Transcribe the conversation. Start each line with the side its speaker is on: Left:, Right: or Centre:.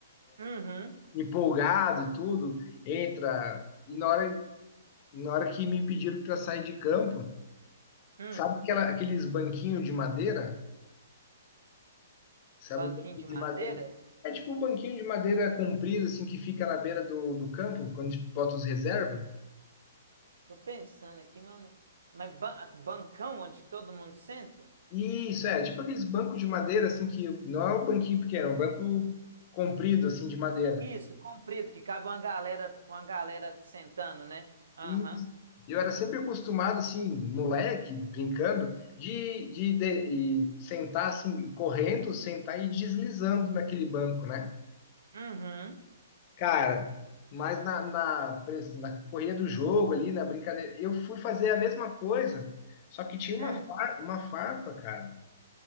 Right: uhum,
Left: Empolgado, tudo, entra. E na hora, na hora que me pediram para sair de campo,
Right: hum.
Left: sabe aquela- aqueles banquinhos de madeira? Sabe
Right: Banquinho
Left: o banquinho
Right: de madeira?
Left: de madeira? É tipo um banquinho de madeira comprido, assim, que fica na beira do, do campo, quando a gente bota os reservas.
Right: Tô pensando aqui, mano. Mas ba- bancão onde todo mundo senta?
Left: Isso, é, tipo aqueles bancos de madeira, assim, que não é um banquinho pequeno, é um banco comprido, assim, de madeira.
Right: Isso, comprido, que cabe uma galera, uma galera sentando, né? Aham.
Left: E eu era sempre acostumado, assim, moleque, brincando, de, de, de- e sentar, assim, e correndo, sentar e deslizando naquele banco, né?
Right: Uhum.
Left: Cara, mas na, na, pres- na correria do jogo ali, na brincadeira, eu fui fazer a mesma coisa, só que tinha uma,
Right: Hum.
Left: fa- uma farpa, cara,